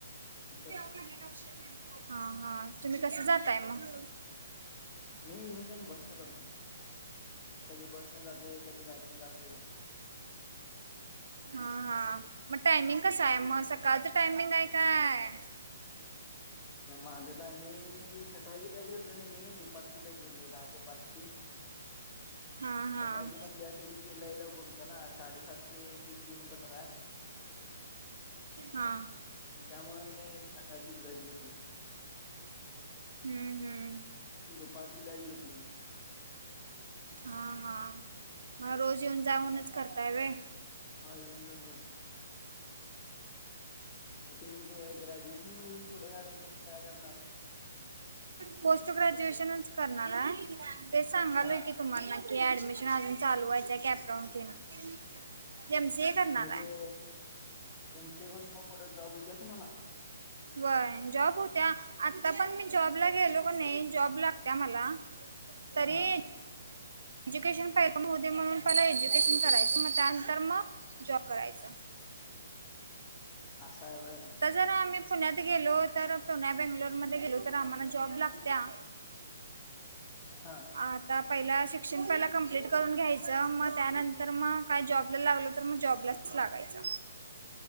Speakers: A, on the left; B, on the right.
A: तिथं
B: हा हा तुम्ही कसं जातय मग
A: मी येऊन जाऊन बसने करतोय कधी बस न जाते कधी गाडीन जाते
B: हा हा मग टायमिंग कस आहे मग काचं टायमिंग आहे काय
A: माझं टायमिंग सकाळची बॅच घेतलं नाही मी दुपारची बॅच घेतली दहा ते पाचची आवाज नाही येत
B: हां हां
A: सकाळची पण बॅच होती ते लईलवकर होत्या ना साडेसात ते ते तीन पत्र आहे
B: हा
A: त्यामुळे मी सकाळचीच बस घेतले आवाज नाही
B: हम्म हम्
A: दुपारची बॅज घटली म
B: हा हा मग रोज येऊन जाऊनच करताय वे
A: ह येऊन जाऊन करतो मग तुम्ही ग ग्रॅज्युएशन घेऊन ोडं का कसं काय करणार
B: पोस्ट ग्रॅज्युएशनच करणार आहे ते सांगालय
A: हा
B: की तुम्हा क ऍडमिशन अजून चालू व्हायचं कॅपरानटन एमसी करणार
A: म्हणजे
B: आहे
A: एम सी करून मग कठं जॉब होते तुम्हाला
B: बय जॉब होत्या आता पण मी जॉबला गेलो का नाही जॉब लागत्या मला तरी
A: हा
B: एज्युकेशन पाटम हो म्हणूनला एज्युकेशन करायचं मग त्यानंतर मग जॉब करायच
A: आशहाय वय
B: जर आम्ही पुण्यात गेलो तर पुण्या बेंगलोरमध्ये गेलो तर आम्हाला जॉब लागत्या
A: हा
B: आता पहिलाशिक्षण पहिल कप्टलेट करून घ्या जम त्यानंतर मग काय जॉब ला लागल तर मग जॉबलाच लागायच